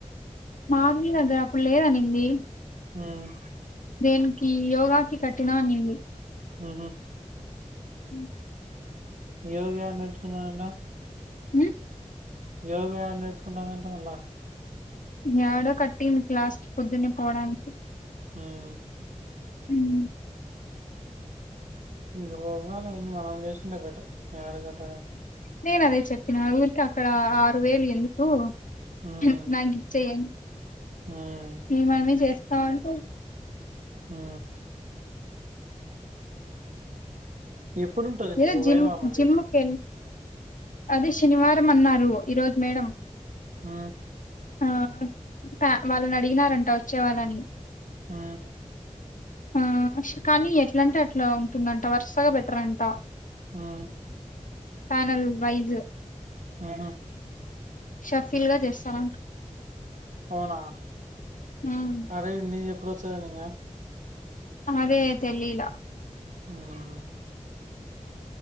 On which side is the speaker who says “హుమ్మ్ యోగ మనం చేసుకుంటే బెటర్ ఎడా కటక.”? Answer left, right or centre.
Right